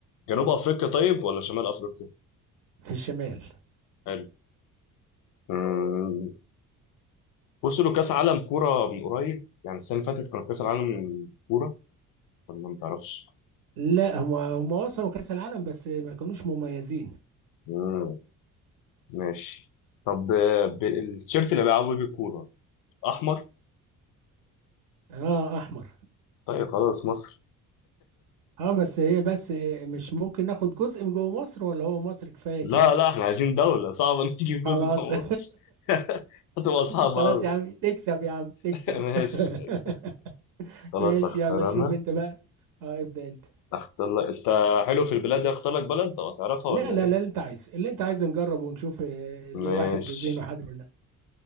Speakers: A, on the left; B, on the right.
A: جنوب افريقيا طيب ولا شمال افريقيا
B: في الشمال
A: حلو آه، بص له كاس عالم كوره من قريب يعني السنه اللي فاتت كان كاس العالم كوره ولا ما تعرفش
B: لا هم هم وصلوا كأس العالم بس ما كانوش مميزين
A: مم. ماشي طب آه، ب- التيشيرت اللي بيلعبوا بيه الكوره احمر
B: اه احمر
A: طيب خلاص مصر
B: اه بس هي بس إيه، مش ممكن ناخد جزء من جوه مصر ولا هو مصر كفاية
A: لا
B: كده
A: لا احنا عايزين دوله صعبه نجيب جزء
B: خلاص
A: جوه
B: <laughs>
A: مصر <laughs> هتبقى صعبه
B: خلاص
A: قوي
B: يا عم تكسب يا عم تكسب
A: <laughs> ماشي
B: <laughs>
A: خلاص
B: ماشي
A: اختار
B: يلا شوف
A: انا
B: انت بقى اه ابدأ انت
A: اختار لك انت حلو في البلاد دي اختار لك بلد او هتعرفها
B: لا
A: ولا
B: لا
A: ايه
B: لا اللي انت عايز اللي انت عايزه نجربه ونشوف آه، اللي
A: ماشي
B: واحد ذهنه حاضر ولا لا